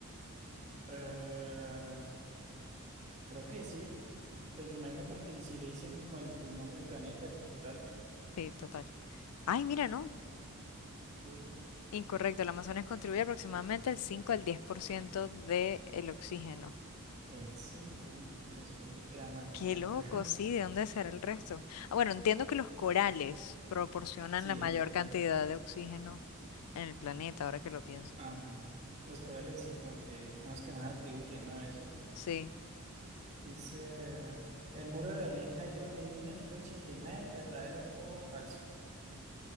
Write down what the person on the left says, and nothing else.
Sí, total. Ay, mira, no.
Incorrecto, el Amazonas contribuye aproximadamente el 5 al 10% del oxígeno.
Qué
loco,
sí,
¿de dónde será el resto? Ah, bueno, entiendo que los corales proporcionan
la mayor
cantidad de oxígeno en el planeta, ahora que lo pienso.
Sí,